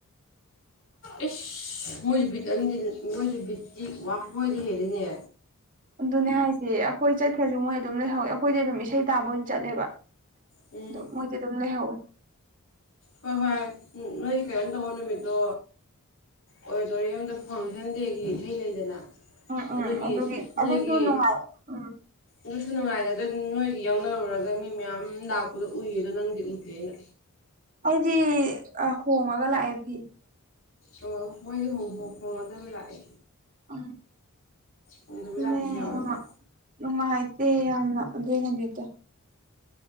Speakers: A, on the right; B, on the left.
A: <unintelligible>
B: ꯏꯁ ꯃꯣꯏꯁꯨ ꯕꯤꯠ ꯑ ꯃꯣꯏꯁꯨ ꯕꯤꯠꯇꯤ ꯋꯥ ꯃꯣꯏꯗꯤ ꯍꯦꯜꯂꯤꯅꯦ
A: ꯑꯗꯨꯅꯦ ꯍꯥꯏꯁꯦ ꯑꯩꯈꯣꯏ ꯆꯠꯈ꯭ꯔꯁꯨ ꯃꯣꯏ ꯑꯗꯨꯝ ꯂꯩꯍꯧꯋꯤ ꯑꯩꯈꯣꯏꯗꯤ ꯑꯗꯨꯝ ꯏꯁꯩ ꯇꯥꯕ ꯑꯣꯏꯅ ꯆꯠꯂꯦꯕ
B: ꯎꯝ
A: ꯑꯗꯨ ꯃꯣꯏꯗꯤ ꯑꯗꯨꯝ ꯂꯩꯍꯧꯋꯦ
B: ꯍꯣꯏ ꯍꯣꯏ ꯎꯝ ꯅꯣꯏꯒꯤ ꯀꯩꯅꯣ ꯇꯧꯕ ꯅꯨꯃꯤꯠꯇꯣ ꯑꯣꯗꯤꯇꯣꯔꯤꯌꯝꯗ ꯐꯥꯎꯟꯗꯦꯁꯟ ꯗꯦꯒꯤ ꯏꯁꯩ ꯂꯩꯗꯅ
A: ꯎꯝ
B: ꯑꯗꯨꯒꯤ
A: ꯎꯝ
B: ꯅꯣꯏꯒꯤ
A: ꯑꯗꯨꯁꯨ ꯅꯨꯡꯉꯥꯏ ꯎꯝ
B: ꯅꯣꯏꯁꯨ ꯅꯨꯡꯉꯥꯏ ꯑꯗ ꯅꯣꯏꯒ ꯌꯥꯎꯅꯔꯨꯔꯒ ꯃꯤ ꯃꯌꯥꯝ ꯂꯥꯛꯄꯗꯣ ꯎꯏꯌꯦ ꯑꯗꯣ ꯅꯪꯗꯤ ꯎꯗꯦꯅ
A: ꯗꯤ ꯍꯣꯡꯉꯒ ꯂꯥꯛꯑꯦ ꯐꯤ
B: ꯑꯣ ꯃꯣꯏꯗꯤ ꯍꯣꯡꯐꯣꯛ ꯍꯣꯡꯉꯗꯕ ꯂꯥꯛꯑꯦ
A: ꯑ
B: ꯍꯣꯡꯗꯕꯤ ꯂꯥꯛꯄꯁꯨ
A: ꯅꯨꯡꯉ
B: ꯌꯥꯎꯋꯦꯕ
A: ꯅꯨꯡꯉꯥꯏꯥꯏꯇꯦ ꯌꯥꯝꯅ ꯑꯗꯨꯅꯦꯅꯨꯡꯇ